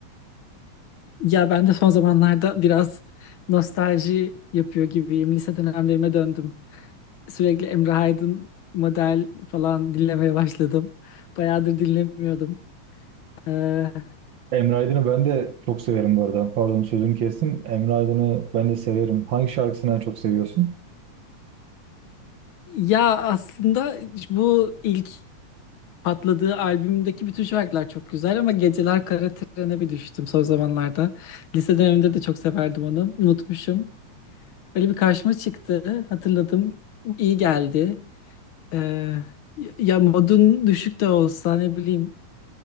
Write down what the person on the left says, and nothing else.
Ya ben de son zamanlarda biraz nostalji yapıyor gibiyim. Lise dönemlerime döndüm. Sürekli Emre Aydın model falan dinlemeye başladım. Bayağıdır dinlemiyordum. Ee,
ya aslında bu ilk patladığı albümdeki bütün şarkılar çok güzel ama Geceler Kara Tren'e bir düştüm son zamanlarda. Lise döneminde de çok severdim onu. Unutmuşum. Öyle bir karşıma çıktı. Hatırladım. İyi geldi. Ee, ya modun düşük de olsa ne bileyim